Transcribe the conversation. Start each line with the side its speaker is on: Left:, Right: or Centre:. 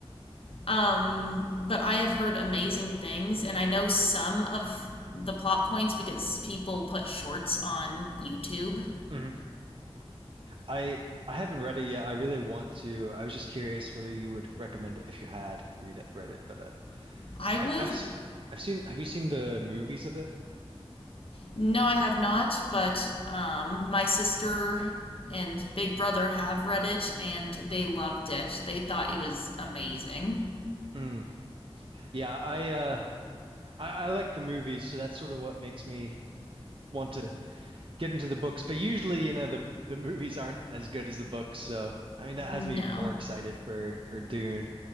Left: um, but I have heard amazing things and I know some of the plot points because people put shorts on YouTube.
Right: Mhm. I I haven't read it yet. I really want to. I was just curious whether you would recommend it if you had read it, read it. But uh,
Left: I
Right: I've
Left: would
Right: I've seen I've seen. Have you seen the movies of it?
Left: No, I have not, but um, my sister and big brother have read it and they loved it. They thought it was amazing.
Right: Mm. Yeah, I uh I, I like the movies, so that's sort of what makes me want to get into the books. But usually, you know, the the movies aren't as good as the books. So I mean, that has
Left: No.
Right: me even more excited for for Dune.